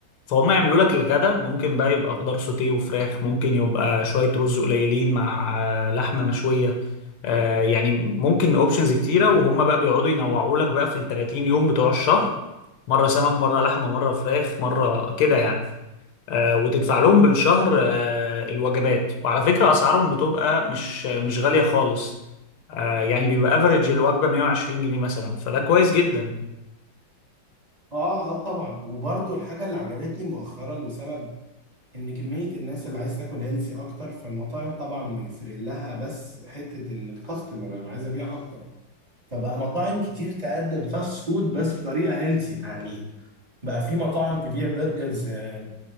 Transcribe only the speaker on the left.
فهم يعملوا لك الغداء ممكن بقى يبقى خضار سوتيه وفراخ ممكن يبقى شوية رز قليلين مع آه، لحمة مشوية آه يعني ممكن اوبشنز كتيره وهم بقى بيقعدوا ينوعوا لك بقى في ال 30 يوم بتوع الشهر مره سمك مره لحمه مره فراخ مره كده يعني آه وتدفع لهم بالشهر آه الوجبات وعلى فكره اسعارهم بتبقى مش مش غاليه خالص آه يعني بيبقى افريج الوجبه 120 جنيه مثلا فده كويس جدا